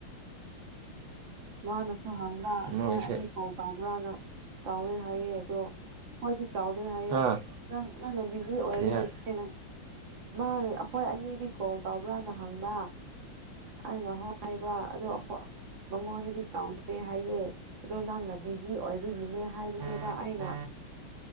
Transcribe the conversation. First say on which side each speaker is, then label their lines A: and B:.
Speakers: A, on the right; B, on the right.
A: ꯃꯅꯥꯁꯨ ꯍꯪꯕ
B: ꯃꯣꯏꯁꯦ
A: ꯅꯣꯏ ꯑꯅꯤ ꯀꯥꯎ ꯇꯧꯕ꯭ꯔꯥꯅ ꯇꯥꯎꯋꯦ ꯍꯥꯏꯌꯦ ꯑꯗꯣ ꯍꯣꯏꯗꯤ ꯇꯧꯗꯦ ꯍꯥꯏꯌꯦ
B: ꯍꯥ
A: ꯅꯪ ꯅꯪꯅ ꯕꯤꯖꯤ ꯑꯣꯏꯕꯒꯤ
B: ꯀꯔꯤ ꯍꯥꯏ
A: ꯑꯩꯅ ꯃꯅꯥ ꯑꯩꯈꯣꯏ ꯑꯅꯤꯗꯤ ꯀꯣꯜ ꯇꯧꯕ꯭ꯔꯥꯅ ꯍꯪꯕ꯫ ꯑꯩꯅ ꯍꯣꯏ ꯍꯥꯏꯕ ꯑꯗꯣ ꯃꯉꯣꯟꯗꯗꯤ ꯇꯧꯗ꯭ꯔꯦ ꯍꯥꯏꯌꯦ ꯑꯗꯣ ꯅꯪꯅ ꯕꯤꯖꯤ ꯑꯣꯏꯕꯒꯤꯅꯦ ꯍꯥꯏꯕꯅꯦꯕ ꯑꯩꯅ